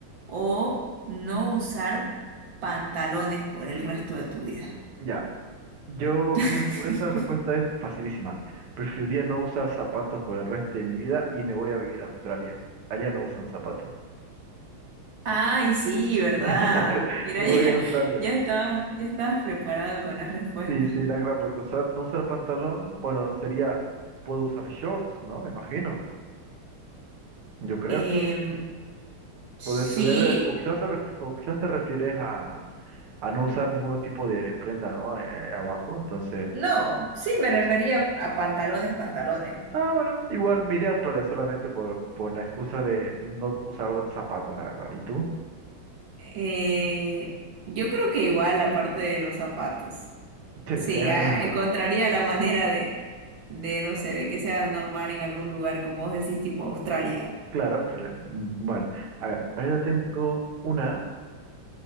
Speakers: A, on the right; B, on the right.
A: o no usar pantalones por el resto de tu vida?
B: ya. Yo, esa,
A: <laughs>
B: se- esta respuesta es facilísima. Preferiría no usar zapatos por el resto de mi vida y me voy a vivir a Australia. Allá no usan zapatos.
A: Ay, sí, ¿verdad?
B: <laughs>
A: Mira,
B: Me
A: <laughs> ya,
B: voy a Australia.
A: ya estabas, ya estabas preparado con la respuesta.
B: Sí, sí, la gran, porque usar, no usar pantalón, bueno, sería, puedo usar shorts, ¿no? Me imagino, yo creo.
A: Em, sí,
B: pues se debe, o, quizás, se ref- o quizás te refieres a, a no usar ningún tipo de, de prenda, ¿no? Eh, abajo. Entonces,
A: no, sí, me refería a pantalones, pantalones.
B: ah, bueno, igual miré a Australia solamente por, por la excusa de, de no usar zapatos, la verdad. ¿Y tú?
A: Eh, yo creo que igual la parte de los zapatos.
B: Sí,
A: Sí,
B: sí, es,
A: a-
B: es mejor.
A: encontraría la manera de, de, no sé, de que sea normal en algún lugar, como vos decís, tipo Australia.
B: Claro, Australia. Mm, Bueno, a ver, ahora tengo una.